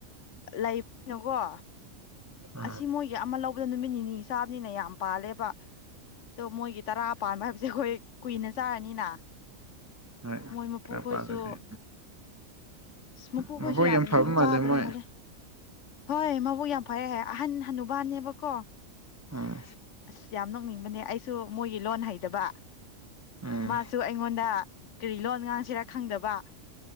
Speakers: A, on the left (about 65°); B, on the right (about 20°).
A: ꯂꯩꯕꯅꯤꯅꯀꯣ
B: ꯑꯥ
A: ꯑꯁꯤ ꯃꯣꯏꯒꯤ ꯑꯃ ꯂꯧꯕꯗ ꯅꯨꯃꯤꯠ ꯅꯤꯅꯤ ꯆꯥꯕꯅꯤꯅ ꯌꯥꯝ ꯄꯥꯜꯂꯦꯕ ꯑꯗꯣ ꯃꯣꯏꯒꯤ ꯇꯔꯥ ꯄꯥꯟꯕ ꯍꯥꯏꯕꯁꯦ ꯑꯈꯣꯏ ꯀꯨꯏꯅ ꯆꯥꯔꯅꯤꯅ
B: ꯍꯣꯏ
A: ꯃꯣꯏ ꯃꯄꯨꯈꯣꯏꯁꯨ
B: ꯇꯔꯥꯄꯥꯜꯗꯗꯤ
A: ꯏꯁ ꯃꯄꯨꯈꯣꯏꯁꯨ
B: ꯃꯕꯣꯛ
A: ꯌꯥꯝ
B: ꯐꯕ ꯃꯥꯜꯂꯦ
A: ꯆꯥꯗꯕ
B: ꯃꯣꯏ
A: ꯃꯜꯂꯦ ꯍꯣꯏ ꯃꯕꯨꯛ ꯌꯥꯝ ꯐꯩꯌꯦ ꯑꯍꯟ ꯍꯅꯨꯕꯥꯅꯦꯕꯀꯣ
B: ꯎꯝ
A: ꯑꯁ ꯌꯥꯝ ꯅꯣꯛꯅꯤꯡꯕꯅꯦ ꯑꯩꯁꯨ ꯃꯣꯏꯒꯤ ꯂꯣꯟ ꯍꯩꯇꯕ
B: ꯎꯝ
A: ꯃꯥꯁꯨ ꯑꯩꯉꯣꯟꯗ ꯀꯔꯤ ꯂꯣꯟ ꯉꯥꯡꯁꯤꯔꯥ ꯈꯪꯗꯕ